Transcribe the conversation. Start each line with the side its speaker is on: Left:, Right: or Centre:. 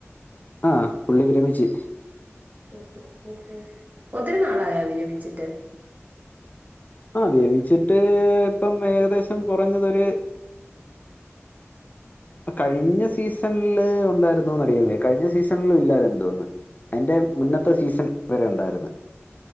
Left: ആ പുള്ളി വിരമിച്ച്
Right: ഓഹോ ഓഹോ ഒത്തിരു നാളായോ വിരമിച്ചിട്ട്
Left: ആ വിരമിച്ചിട്ട് ഇപ്പം ഏകദേശം കുറഞ്ഞതരു കഴിഞ്ഞ സീസണില് ഉണ്ടായിരുന്നന്ന് അറിയവേ കഴിഞ്ഞ സീസണിലും ഇല്ലാ എന്തോന്നുന്നു അതിന്റെ മുന്നത്തെ സീസൺ വരെ ഉണ്ടായിരുന്നു